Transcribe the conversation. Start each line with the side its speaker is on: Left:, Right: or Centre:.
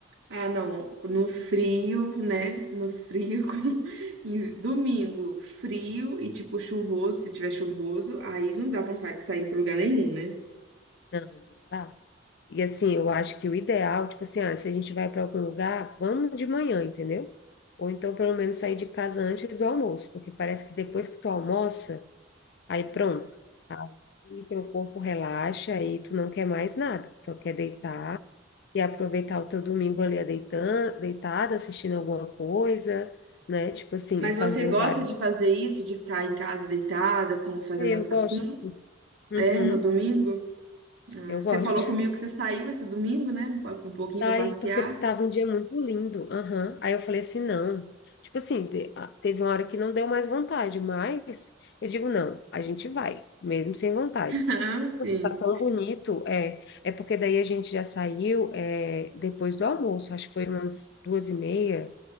Right: Ah, não, no frio, né? No frio, <laughs> com- em- domingo, frio e tipo chuvoso, se tiver chuvoso, aí não dá vontade de sair para lugar nenhum, né?
Left: Não, não dá. E assim, eu acho que o ideal, tipo assim, ah, se a gente vai para algum lugar, vamos de manhã, entendeu? Ou então pelo menos sair de casa antes do almoço, porque parece que depois que tu almoça, aí pronto. Aí teu corpo relaxa, aí tu não quer mais nada, tu só quer deitar e aproveitar o teu domingo ali deitando, deitada, assistindo alguma coisa, né? Tipo assim,
Right: Mas
Left: fazendo
Right: você gosta
Left: barulho.
Right: de fazer isso, de ficar em casa deitada, com, fazendo
Left: Eu gosto.
Right: assim?
Left: Uhum,
Right: É, no domingo? Ah,
Left: eu gosto.
Right: você falou comigo que você saiu esse domingo, né? Um po- um pouquinho
Left: Tá
Right: pra
Left: Aí,
Right: passear.
Left: porque
Right: <laughs>
Left: tava um dia muito lindo. Aham. Aí eu falei assim, não. Tipo assim, te- a- teve uma hora que não deu mais vontade, mas eu digo, não, a gente vai, mesmo sem vontade.
Right: Ah, sim.
Left: Nossa, tá tão bonito, é, é porque daí a gente já saiu, é, depois do almoço, acho que foi umas duas e meia,